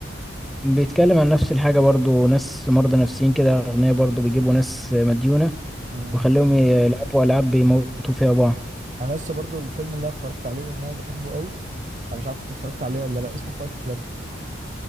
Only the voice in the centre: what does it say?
بيتكلم عن نفس الحاجة برضو ناس مرضى نفسيين كده أغنياء برضو بيجيبوا ناس مديونة
وخليهم يلعبوا ألعاب بيموتوا فيها بعض